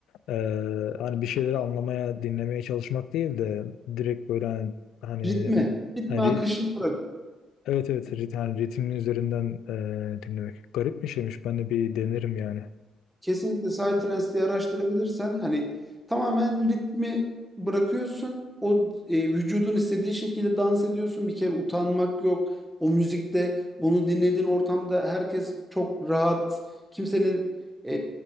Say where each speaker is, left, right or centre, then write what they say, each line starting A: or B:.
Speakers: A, on the left; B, in the centre.
A: e, hani bir şeyleri anlamaya, dinlemeye çalışmak değil de direkt böyle hani, hani,
B: Ritme, ritme
A: hani
B: akışını
A: ri-
B: bırak.
A: evet evet rit, hani ritmin üzerinden e, dinlemek. Garip bir şeymiş. Ben de bir denerim yani.
B: Kesinlikle Psytrance araştırabilirsen hani tamamen ritmi bırakıyorsun. O e, vücudun istediği şekilde dans ediyorsun. Bir kere utanmak yok. O müzikte bunu dinlediğin ortamda herkes çok rahat. Kimsenin e,